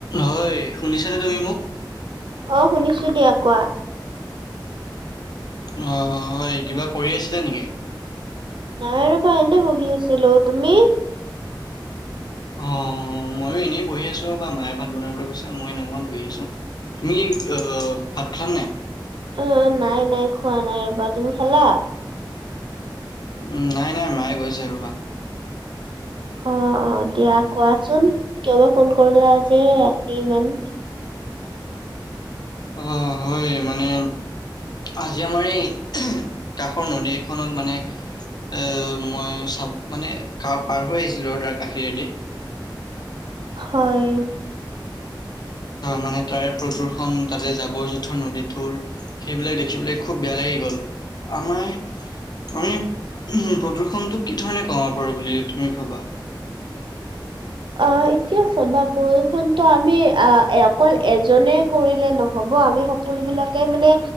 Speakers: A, on the left; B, on the right.
A: হয় শুনিছানে তুমি মোক
B: অ শুনিছো দিয়া কোৱা
A: আহ হয় কিবা কৰি আছিলে নেকি
B: নাই ৰবা এনে বহি আছিলো তুমি
A: অ মইো এনেই বহি আছো বা মায়ে ভাত বনাবলৈ কৈছে মই নহওঁ বহি আছো তুমি আহ ভাত খা নাই
B: অ নাই নাই খোৱা নাই ৰবা তুমি খেলা
A: উম নাই নাই মায়ে গৈছে আৰুমা উ
B: অ অ দিয়া কোৱাচোন কিয়ব ফোন কৰিলা আজি ৰাতি মমান
A: অ হয় মানে আজি আমাৰ এই কাষৰ নদী এখনত মানে এ মই চাব মানে পাৰ হৈ আহিছিলো ৰ তাৰ কাষীৰেদি
B: হয়
A: মানে তাৰ প্ৰদূ্ষন তাতে জাবৰ জোঁথৰ নদীটোৰ সেইবিলাক দেখি পেলাই খুব বেয়া লাগি গ'ল আমাৰ আমি উ প্ৰ ফোনটো কি ধৰণে কমাব প বুলি তুমি ভবা
B: অ এতিয়া সভা প্ৰদূষণ টো আমি আহ অকল এজনে কৰিলে নহয় হ'ব আমি সকলো বিলাকে মানে